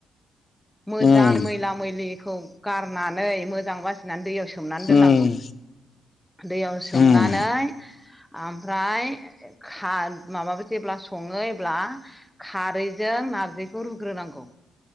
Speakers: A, in the centre; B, on the left.
A: मोजां
B: उम
A: मैला मैलिखौ गारनानै मोजां बासिनानै दैयाव सो सोमनानै दोननांगौ।
B: उम
A: दैयाव सोमनानै
B: उम
A: ओमफ्राय खा माबाबो जेब्ला सङो अब्ला खारैजों नारजिखौ रुग्रोनांगौ।